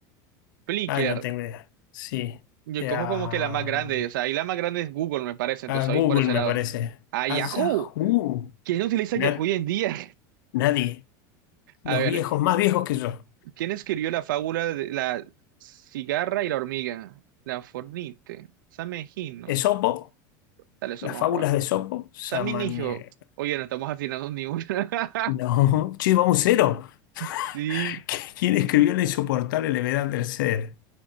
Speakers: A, on the right; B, on the left.
A: Flickr,
B: Ay, no tengo idea. Sí.
A: yo
B: Eh,
A: cojo
B: A,
A: como que la más grande, o sea, ahí la más grande es Google, me parece, entonces
B: a Google,
A: ahí por ese
B: me
A: lado.
B: parece.
A: ¡A Yahoo!
B: A Yahoo.
A: ¿Quién no utiliza
B: Na-
A: Yahoo hoy en día?
B: nadie.
A: <laughs>
B: Los
A: A ver,
B: viejos, más viejos que yo.
A: ¿Quién escribió la fábula de la cigarra y la hormiga? La Fornite. Sammy Hino.
B: Esopo,
A: Dale, eso
B: las
A: vamos
B: fábulas
A: a probar.
B: de Esopo. Samaniego.
A: Sammy Nigio. Oye, no estamos afinando ni una. <laughs>
B: No. <laughs> Che, vamos cero.
A: Sí.
B: <laughs> ¿Quién escribió La insoportable levedad del ser?